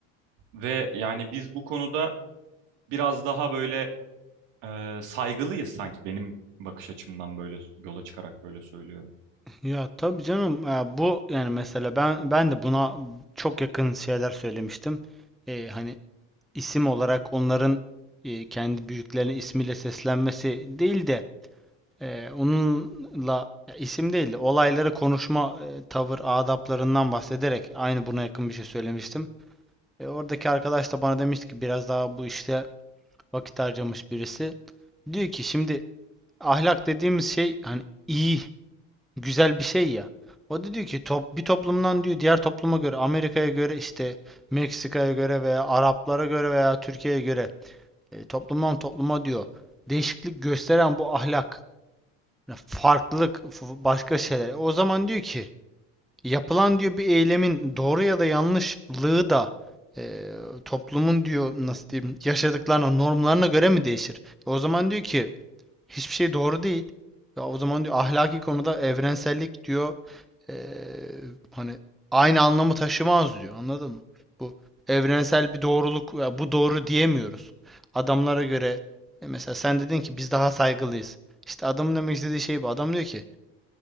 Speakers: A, on the right; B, in the centre.
A: ve yani biz bu konuda biraz daha böyle e, saygılıyız sanki benim bakış açımdan böyle yola çıkarak böyle söylüyorum.
B: Ya tabii canım ya bu yani mesela ben ben de buna çok yakın şeyler söylemiştim. Ee, hani isim olarak onların e, kendi büyüklerine ismiyle seslenmesi değil de e, onunla ya isim değil de olayları konuşma e, tavır adaplarından bahsederek aynı buna yakın bir şey söylemiştim. E, oradaki arkadaş da bana demişti ki biraz daha bu işte vakit harcamış birisi. Diyor ki şimdi ahlak dediğimiz şey hani iyi güzel bir şey ya. O da diyor ki top, bir toplumdan diyor diğer topluma göre Amerika'ya göre işte Meksika'ya göre veya Araplara göre veya Türkiye'ye göre e, toplumdan topluma diyor değişiklik gösteren bu ahlak farklılık f- başka şeyler. O zaman diyor ki yapılan diyor bir eylemin doğru ya da yanlışlığı da e, toplumun diyor nasıl diyeyim yaşadıklarına normlarına göre mi değişir? E, O zaman diyor ki hiçbir şey doğru değil. Ya o zaman diyor ahlaki konuda evrensellik diyor eee, hani aynı anlamı taşımaz diyor. Anladın mı? Bu evrensel bir doğruluk ya bu doğru diyemiyoruz. Adamlara göre e, mesela sen dedin ki biz daha saygılıyız. İşte adamın demek istediği şey bu. Adam diyor ki